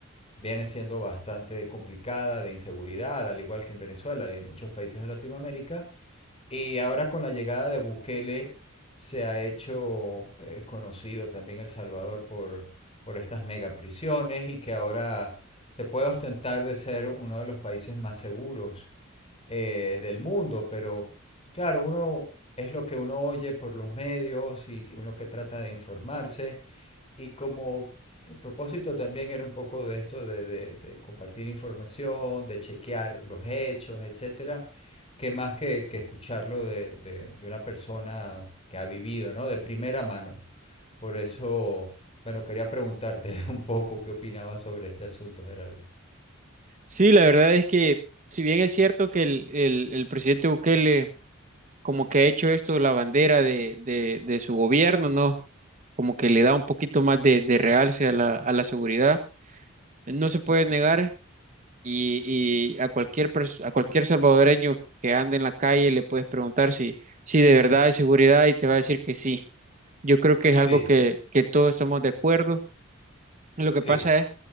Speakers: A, on the left; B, on the right.
A: viene siendo bastante complicada de inseguridad, al igual que en Venezuela y en muchos países de Latinoamérica. Y ahora con la llegada de Bukele se ha hecho eh, conocido también El Salvador por, por estas megaprisiones y que ahora se puede ostentar de ser uno de los países más seguros eh, del mundo, pero claro, uno es lo que uno oye por los medios y que uno que trata de informarse y como el propósito también era un poco de esto de, de- de compartir información, de chequear los hechos, etcétera, que más que, que escucharlo de, de- de una persona que ha vivido, ¿no? De primera mano. Por eso, bueno, quería preguntarte <laughs> un poco qué opinabas sobre este asunto, Gerardo.
B: Sí, la verdad es que, si bien es cierto que el, el el presidente Bukele como que ha hecho esto la bandera de, de, de su gobierno, ¿no? Como que le da un poquito más de, de realce a la, a la seguridad. No se puede negar y, y a cualquier, pers- a cualquier salvadoreño que ande en la calle le puedes preguntar si, si de verdad hay seguridad y te va a decir que sí. Yo creo que es
A: Sí,
B: algo que, que todos estamos de acuerdo. Lo que
A: sí,
B: pasa es,